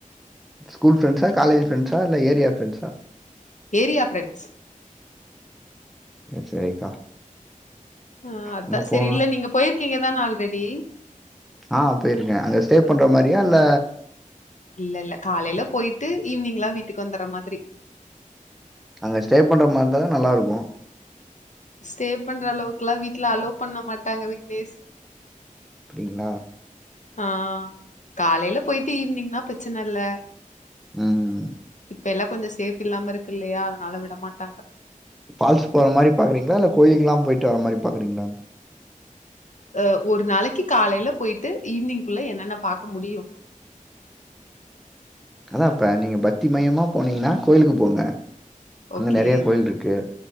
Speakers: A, in the centre; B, on the left.
A: ஸ்கூல் ஃப்ரெண்ட்ஸா காலஜு ஃப்ரண்ட்ஸா இல்ல ஏரியா ஃப்ரெண்ட்ஸா
B: ஏரியா ஃப்ரெண்ட்ஸ்
A: சேரிக்கா
B: ஆ அதா
A: அங்க போ
B: சரி இல்ல நீங்க போயிருக்கீங்க தான ஆல்ரெடி
A: ஆ போயிருக்கே அங்க ஸ்டே பண்ற மாரி யா இல்ல
B: இல்லல்ல காலைல போயிட்டு ஈவினிங்லா வீட்டுக்கு வந்துர மா திரி
A: அங்க ஸ்டே பண்ற மாருந்தாதா நல்லா இருக்கு
B: ஸ்டே பண்ற அளவுக்குல்லா வீட்ல அலோ பண்ண மாட்டாங்க விக்னேஷ்
A: அப்டிங்ளா
B: ஆ காலைல போயிட்டு ஈவினிங்னா பிரச்சன இல்ல
A: ம்
B: இப்ப எல்லா கொஞ்ச சேப்டி இல்லாமருக் கில்லயா அதுனால விடமாட்டாங்க
A: ஃபால்ஸ் போற மாரி பாக்குறீங்ளா இல்ல கோயிலுக்கெல்லா போயிட்டு வர மாரி பாக்குறீங்ளா
B: அ ஒரு நாளைக்கி காலைல போயிட்டு ஈவ்னிங்குள்ள என்னன்ன பாக்க முடியு
A: அதாம்ப்ப நீங்க பக்தி மயமா போனீங்கனா கோயிலுக்கு போங்க அங்க
B: ஓகே
A: நெறைய கோயில்ருக்கு